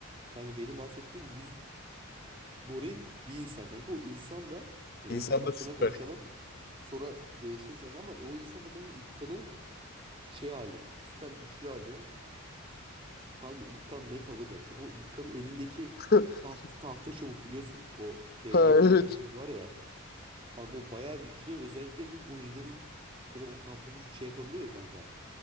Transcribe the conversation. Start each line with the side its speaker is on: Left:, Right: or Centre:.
Right: Kanka benim bahsettiğim yüz goril bir insan kanka o insan da önce
Left: İnsanlar
Right: onun hakkında
Left: süper.
Right: konuşalım sonra değiştiririz kanka ama o insan da kanka ilk kanın şey hali süper güçlü hali. Kanka İlkan net alır ya. Çünkü o İlkan'ın elindeki
Left: <laughs>
Right: taht, tahta çubuk biliyorsun. O değnekli
Left: Ha evet.
Right: tahta çubuk var ya. Kanka o bayağı güçlü. Özellikle bu gorillerin mesela o tahta çubuk şey yapabiliyor ya kanka.